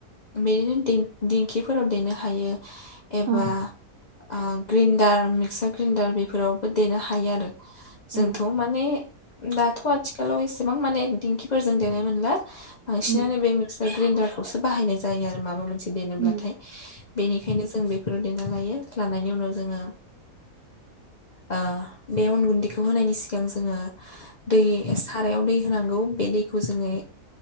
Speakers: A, on the left (about 55°); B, on the right (about 60°).
A: बिदिनो दिं दिंखिफोराव देनो हायो एबा
B: औ
A: ओ ग्रेन्डार मिक्सार ग्रेन्डार बेफोरावबो देनो हायो आरो।
B: औ
A: जोंथ' माने दाथ' आथिखालाव एसेबां माने दिंखिफोरजों देनाय मोनला। बांसिनानो
B: उम
A: बे मिक्सार ग्रेन्डारखौसो बाहायनाय जायो आरो माबा मोनसे दोनोब्लाथाय।
B: उम
A: बेनिखायनो जों बेफोराव देना लायो लानायनि उनाव जोङो ओ बे अन गुन्दैखौ होनायनि सिगां जोङो दै सारायाव दै होनांगौ। बे दैखौ जोङो